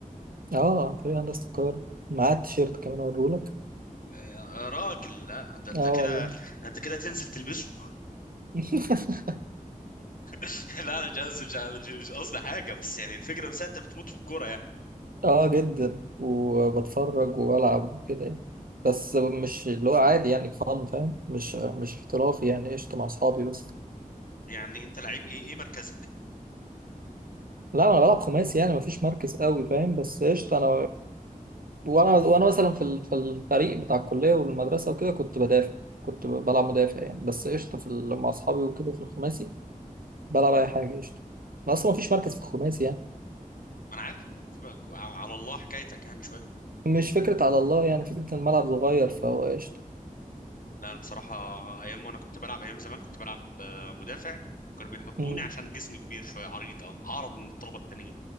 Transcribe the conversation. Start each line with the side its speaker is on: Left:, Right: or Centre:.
Right: اه فريق هندسه القاهره معايا التيشيرت كمان اوريهولك
Left: يا راجل لا ده انت
Right: اه
Left: كده
Right: والله
Left: ده انت كده تنزل تلبسه
Right: <laughs>
Left: <laughs> لا انا مش قصدي مش قصدي مش قصدي حاجة بس يعني الفكرة نفسها انت بتموت في الكورة يعني
Right: اه جدا وبتفرج والعب وكده يعني. بس مش اللي هو عادي يعني فن فاهم مش مش احترافي يعني قشطه مع اصحابي بس
Left: يعني انت لعيب ايه ايه مركزك
Right: لا انا بلعب خماسي يعني مفيش مركز قوي فاهم بس قشطه انا وانا وانا مثلا في ال- في الفريق بتاع الكليه والمدرسه وكده كنت بدافع كنت ب- بلعب مدافع يعني بس قشطه في ال- مع اصحابي وكده في الخماسي بلعب اي حاجه قشطه أنا اصلا مفيش مركز في الخماسي يعني
Left: ما انا عارف انك بتبقى جو- على الله حكايتك يعني شوية
Right: مش فكره على الله يعني فكره إن الملعب صغير فهو قشطه
Left: لا انا بصراحة ايام وانا كنت بلعب ايام زمان كنت بلعب آه، مدافع كانوا بيحطوني
Right: مم.
Left: عشان جسمي كبير شوية عريض او اعرض من الطلبة التانيين